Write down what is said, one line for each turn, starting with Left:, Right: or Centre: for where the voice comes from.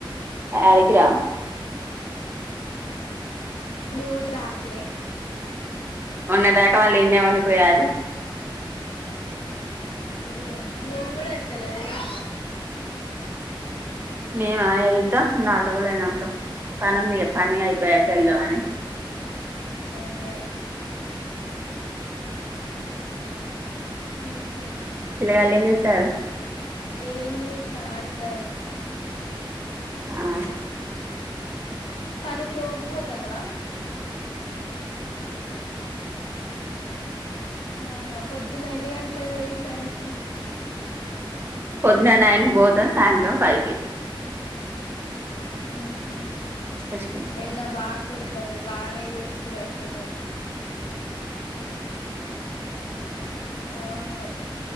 Right: యారికి రా
Left: ఊరి రాట్లే
Right: మొన్న దాకా వాళ్ళు ఇన్నే వుండిపోయారు
Left: అదే మీరుగూడా ఎళ్తలేర ఇగా
Right: మేమా ఏళ్తాం నాల్ రోజులైనంక పనుంది గదా పని అయిపోయాక ఏల్ దామని
Left: అదే మ్ హు
Right: పిల్లగాళ్ళు ఏం జెస్తారు
Left: ఏం జేట్లా ఆడతారు
Right: ఆహ
Left: పనికి రోజు పోతానవా అవునా పొద్దున్న ఎన్ని గంటలకు పోయి సాయంత్రం
Right: పొద్దునా నైన్ కి బోతా సాయంత్రం ఫైవ్ కి
Left: మ్ హు
Right: తెచ్చుకున్నాక
Left: ఎండ బాగా గోడతాంది బాగానే చే సురు అసలు అవును